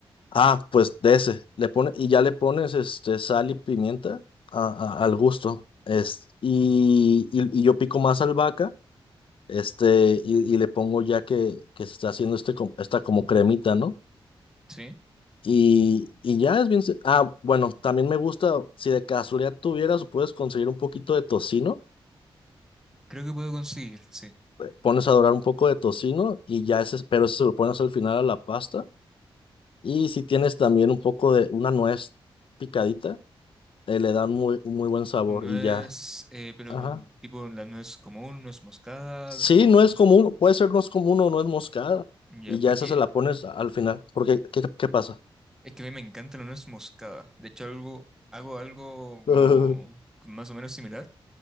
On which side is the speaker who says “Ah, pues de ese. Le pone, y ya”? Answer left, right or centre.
Left